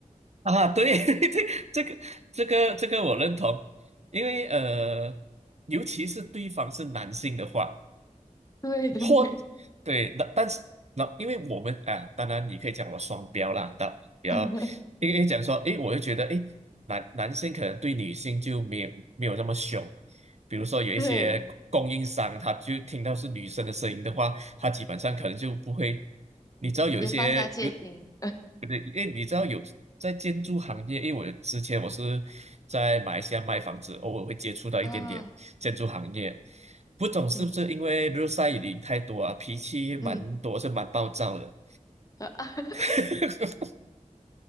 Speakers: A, on the right (about 55°); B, on the left (about 25°).
A: 啊，对 <laughs> 对，这个这个这个我认同，因为呃，尤其是对方是男性的话。
B: 对对对，
A: 或对，那但是那因为我们啊，当然你可以讲我双标啦，但比较因为讲说，
B: <laughs>
A: 诶，我就觉得，诶，男男性可能对女性就没有没有那么凶，比如说有一些供应商，
B: 对，
A: 他就听到是女生的声音的话，他基本上可能就不会，你知道有一些有，
B: 直接放下戒心
A: 不对，因为你知道有在建筑行业，因为我之前我是在马来西亚卖房子，偶尔会接触到一点点。
B: 啊，
A: 建筑行业，不懂是不是因为日晒雨淋太多啊，
B: 嗯
A: 脾气蛮多，
B: 嗯。
A: 是蛮暴躁的。
B: <laughs>
A: <laughs>